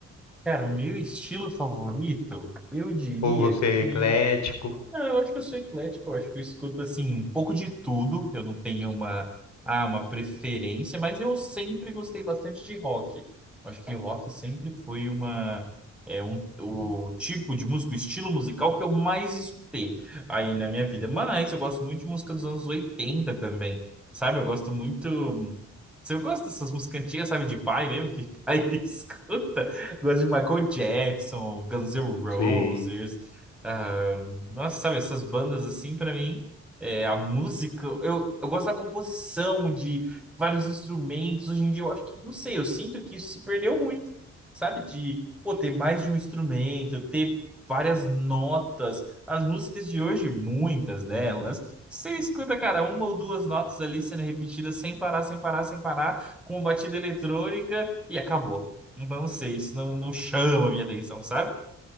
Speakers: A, in the centre; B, on the left.
A: Cara, o meu estilo favorito, eu diria
B: Ou você é
A: que
B: eclético?
A: não, eu acho que eu sou eclético, eu acho que eu escuto assim um pouco de tudo. Eu não tenho uma, ah, uma preferência, mas eu sempre gostei bastante de rock. Eu Acho que rock sempre foi uma é um o tipo de música, o estilo musical que eu mais escutei aí na minha vida. Mas eu gosto muito de música dos anos 80 também. Sabe? Eu gosto muito se Eu gosto dessas músicas antigas, sabe, de pai mesmo, que <laughs> pai escuta. Gosto de Michael Jackson, Guns N' Roses,
B: Sei.
A: ah, nossa, sabe, essas bandas assim, pra mim, é, a música, eu, eu gosto da composição, de vários instrumentos. Hoje em dia, eu acho que, não sei, eu sinto que isso se perdeu muito, sabe? De, pô, ter mais de um instrumento, ter várias notas. As músicas de hoje, muitas delas, você escuta, cara, uma ou duas notas ali sendo repetidas sem parar, sem parar, sem parar, com batida eletrônica e acabou. Então, não sei, isso não, não chama a minha atenção, sabe?